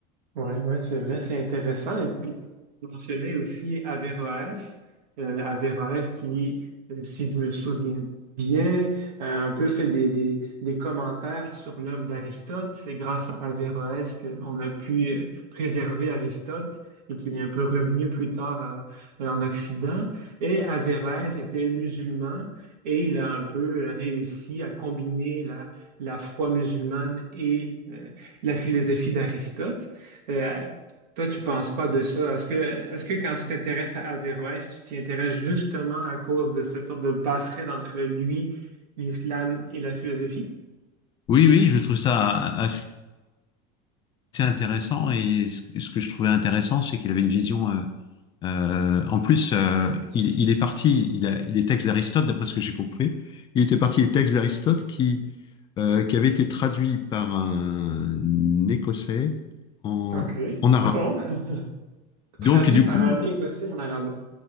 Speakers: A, on the right (about 85°); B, on the left (about 20°).
A: Oui, ouais, ouais, c'est vrai, c'est intéressant. Et puis, tu mentionnais aussi Averroès, euh, Averroès qui, euh, si je me souviens bien, a un peu fait des, des, des commentaires sur l'œuvre d'Aristote. C'est grâce à Averroès qu'on a pu euh, préserver Aristote et qu'il est un peu revenu plus tard euh, en Occident. Et Averroès était musulman et il a un peu euh, réussi à combiner la, la foi musulmane et euh, la philosophie d'Aristote. Euh, toi, tu penses quoi de ça? Est-ce que, est-ce que quand tu t'intéresses à Averroès, tu t'y intéresses justement à cause de cette sorte de passerelle entre lui, l'islam et la philosophie?
B: Oui, oui, je trouve ça assez intéressant et ce ce que je trouvais intéressant, c'est qu'il avait une vision. euh, euh, en plus, euh, il, il est parti, il, a, il est texte d'Aristote, d'après ce que j'ai compris. Il était parti des textes d'Aristote qui, euh, qui avaient été traduits par un Écossais en,
A: OK.
B: en arabe.
A: Oh. <laughs>
B: Donc,
A: Traduit
B: du
A: par
B: coup,
A: un écossais en arabe.